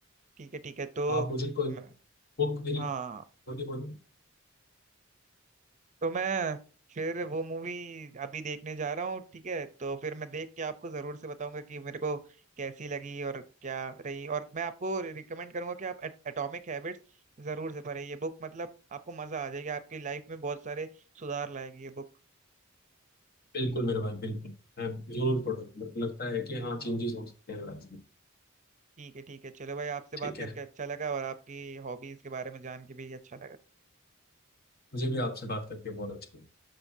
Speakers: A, on the right (about 35°); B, on the left (about 45°).
A: ठीक है ठीक है तो
B: आप मुझे कोई
A: मैं-
B: बुक भी
A: हाँ
B: बोलिए बोलिए
A: तो मैं फिर वो मूवी अभी देखने जा रहा हूँ ठीक है तो फिर मैं देख के आपको जरूर से बताऊंगा कि मेरे को कैसी लगी और क्या रही और मैं आपको रिकमेंड करूंगा कि आप एटॉमिक हैबिट्स जरूर से पढ़ें ये बुक मतलब आपको मजा आ जाएगा आपकी लाइफ में बहुत सारे सुधार लाएगी ये बुक
B: बिल्कुल मेरे भाई बिल्कुल मैं जरूर पढ़ूँ मेरे को लगता है कि हाँ
A: हाँ
B: चेंजेस हो सकते हैं लाइफ में
A: ठीक है ठीक है चलो भाई आपसे बात
B: ठीक
A: करके
B: है
A: अच्छा लगा और आपकी हॉबीज के बारे में जान के भी अच्छा लगा
B: मुझे भी आपसे बात करके बहुत अच्छा